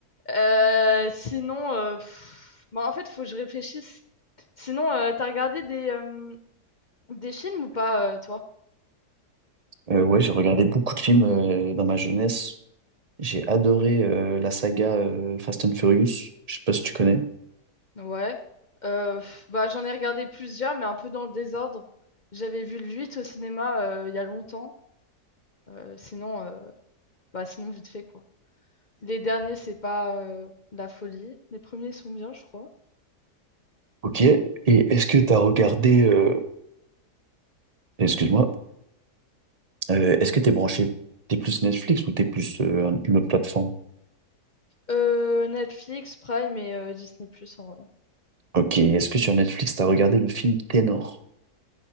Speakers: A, on the left (about 50°); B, on the right (about 45°).
A: Euh, sinon, euh, pff, bah, en fait, faut que je réfléchisse. Sinon, euh, t'as regardé des... euh, Des films ou pas, euh, toi?
B: Euh, ouais, j'ai regardé beaucoup de films euh, dans ma jeunesse. J'ai adoré euh, la saga euh, Fast and Furious. Je sais pas si tu connais.
A: Ouais. Euh, pff, bah, j'en ai regardé plusieurs, mais un peu dans le désordre. J'avais vu le 8 au cinéma euh, il y a longtemps. Euh, sinon, euh, bah, sinon, vite fait, quoi. Les derniers, c'est pas euh, la folie. Les premiers sont bien, je crois.
B: Ok, et est-ce que tu as regardé, euh, excuse-moi, Euh, est-ce que t'es branché, t'es plus Netflix ou t'es plus euh, une autre plateforme?
A: Euh, Netflix, Prime et euh, Disney+, en vrai.
B: Ok, est-ce que sur Netflix, t'as regardé le film Ténor?